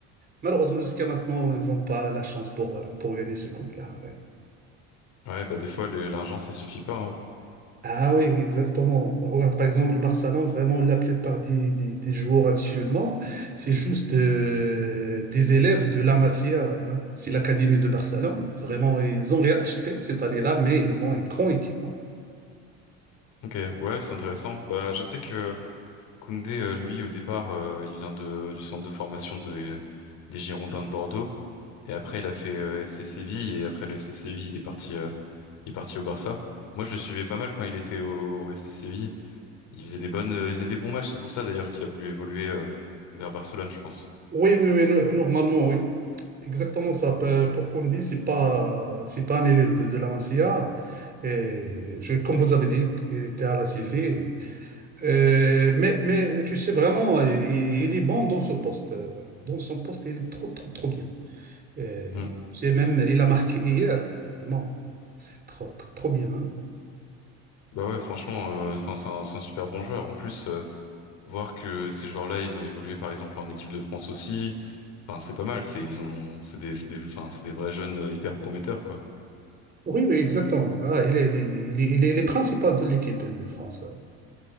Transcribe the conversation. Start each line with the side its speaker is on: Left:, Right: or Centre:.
Right: malheureusement, jusqu'à maintenant, ils n'ont pas la chance pour, euh, pour gagner ce couple-là. ouais.
Left: Ouais, bah des fois, le- l'argent, ça suffit pas. hein.
Right: Ah oui, exactement. Regarde, par exemple, le Barcelone, vraiment, la plupart des, des, des joueurs actuellement, c'est juste euh, des élèves de la Masia. hein. C'est l'académie de Barcelone. Vraiment, ils ont réacheté cette année-là, mais ils ont une grande équipe. hein.
Left: Ok, ouais, c'est intéressant. Bah, je sais que Koundé, euh, lui, au départ, euh, il vient de, du centre de formation de, des Girondins de Bordeaux. Et après, il a fait euh, FC Séville. Et après le FC Séville, il est parti, euh, il est parti au Barça. Moi, je le suivais pas mal quand il était au, au FC Séville. Il faisait des bonnes, euh, il faisait des bons matchs. C'est pour ça, d'ailleurs, qu'il a voulu évoluer euh, vers Barcelone, je pense.
Right: Oui, oui, oui, no- normalement, oui. Exactement ça. Pe- Pour Kondi, c'est pas, c'est pas un élève de, de la Masia. Et je, comme vous avez dit, il était à la CV. Euh, mais, mais tu sais vraiment, il, il est bon dans ce poste. euh, vraiment. Dans son poste, il est trop, trop, trop bien. Euh,
Left: Mm.
Right: c'est même, il a marqué hier. Vraiment, c'est trop, trop, trop bien. hein.
Left: Bah ouais, franchement, euh, enfin, c'est un, c'est un super bon joueur. En plus, euh, Voir que ces joueurs-là, ils ont évolué par exemple en équipe de France aussi. Enfin, c'est pas mal. C'est ils ont, c'est des, c'est des, enfin, c'est des vrais jeunes euh, hyper prometteurs quoi.
Right: Oui, oui, exactement. Ah, il est, il est, il est, il est- il est principal de l'équipe de France. hein.